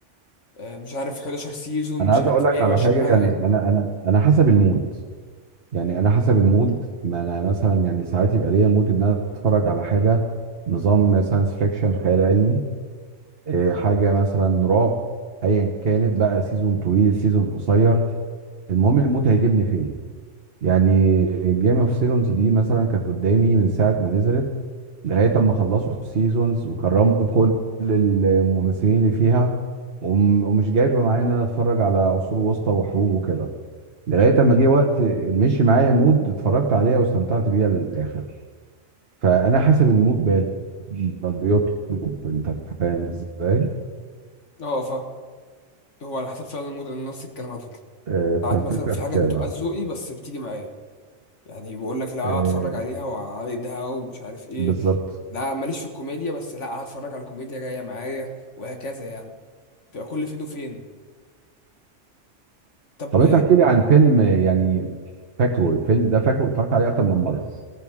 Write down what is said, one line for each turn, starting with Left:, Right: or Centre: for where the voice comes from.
Left: آه، مش عارف 11 سيزون
Right: انا
Left: مش
Right: عايز
Left: عارف
Right: اقول لك
Left: 120
Right: على حاجه
Left: حلقة
Right: يعني انا انا انا حسب المود يعني انا حسب المود ما انا مثلا يعني ساعات يبقى ليا مود ان انا اتفرج على حاجه نظام ساينس فيكشن خيال علمي آه، حاجه مثلا رعب ايا كانت بقى سيزون طويل سيزون قصير المهم المود هيجيبني فين يعني جيم اوف ثرونز دي مثلا كانت قدامي من ساعه ما نزلت لغايه اما خلصوا السيزونز وكرموا كل الممثلين اللي فيها وم- ومش جايبه معايا ان انا اتفرج على عصور وسطى وحروب وكده لغايه اما جه وقت مشي معايا المود اتفرجت عليها واستمتعت بيها للاخر فانا حسب المود بقى- بقى بيطلب انت فاهم ازاي
Left: اه فاهم هو على حسب فعلا المود انا نفس الكلام على فكرة
Right: آه، ففكره
Left: ساعات مثلا في
Right: في
Left: حاجات
Right: كده
Left: بتبقى ذوقي بس بتيجي معايا يعني بقول لك لا
Right: آه،
Left: اتفرج عليها وعايدها ومش عارف ايه
Right: بالظبط
Left: لا ماليش في الكوميديا بس لا هتفرج على كوميديا جاية معايا وهكذا يعني بتبقى كل فين وفين طب
Right: طب انت احكي لي عن فيلم يعني فاكره الفيلم ده فاكره اتفرجت عليه اكتر من مره